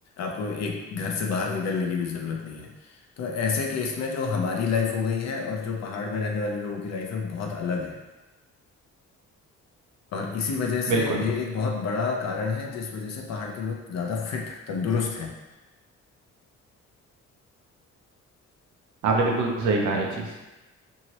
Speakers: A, on the left; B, on the right.
A: आपको एक घर से बाहर निकलने की भी ज़रूरत नहीं है तो ऐसे केस में जो हमारी लाइफ हो गई है और जो पहाड़ में रहने वाले लोगों की लाइफ है वो बहुत अलग है और इसी वजह से
B: बिल्कुल
A: ये एक बहुत बड़ा कारण है जिस वजह से पहाड़ के लोग ज़्यादा फिट तंदुरुस्त हैं
B: आपने बिल्कुल सही कहा ये चीज़